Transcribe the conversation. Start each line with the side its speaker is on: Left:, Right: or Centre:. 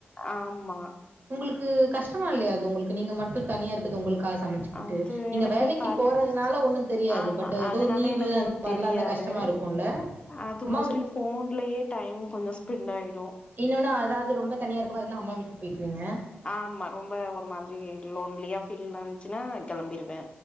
Left: ஆமா
Right: உங்களுக்கு கஷ்டமா இல்லையா அது உங்களுக்கு நீங்க மட்டு தனியா இருக் இது உங்களுக்காக சமைச்சுக்கிட்டு
Left: அது
Right: நீங்க
Left: எனக்கு
Right: வேலைக்கு
Left: பழகிருச்சு
Right: போறதுனால ஒன்னு தெரியாது
Left: ஆமா
Right: பட் எதோ
Left: அதனால
Right: லீவு
Left: எனக்கு ஒன்னு
Right: மாரிலா
Left: தெரியாது
Right: இருந்தா கஷ்டமா இருக்குல்ல
Left: அது
Right: அம்மா
Left: மோஸ்ட்லி
Right: வீ
Left: ஃபோன்லயே டைம் கொஞ்சோ ஸ்பெண்ட் ஆயிடு
Right: இன்னொன்னு அதாது ரொம்ப தனியா இருக்க மாரி இருந்தா அம்மா வீட்டுக்கு பேய்க்குவீங்க
Left: ஆமா ரொம்ப ஒரு மாதிரி லோன்லியா ஃபீல் வந்துச்சுனா நா கெளம்பிருவே